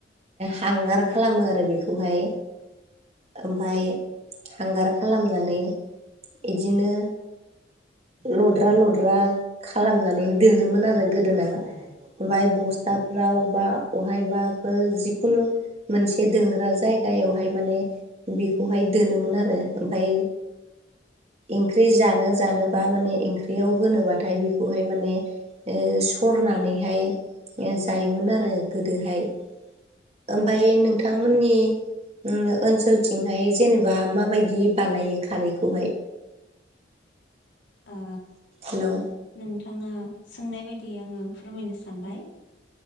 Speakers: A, on the right; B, on the left.
A: हांगार खालामो आरो बेखौहाय। ओमफाय हांगार खालामनानै इदिनो लद्रा लद्रा खालामनानै दोनोमोन आरो गोदोना। ओमफाय बस्थाफ्राव बा बहायबाबो जिखुनु मोनसे दोनग्रा जायगायावहाय माने बेखौहाय दोनोमोन आरो ओमफाय ओंख्रि जानो जानोबा माने ओंख्रियाव होनोबाथाय बेखौहाय माने ओ सरनानैहाय जायोमोन आरो गोदोहाय। ओमफाय नोंथांमोननि उम ओनसोलथिंहाय जेनेबा माबायदि बानायो खारैखौहाय।
B: आ
A: हेलौ
B: नोंथाङा सोंनाय बायदि आंङो फोरमायनो सानबाय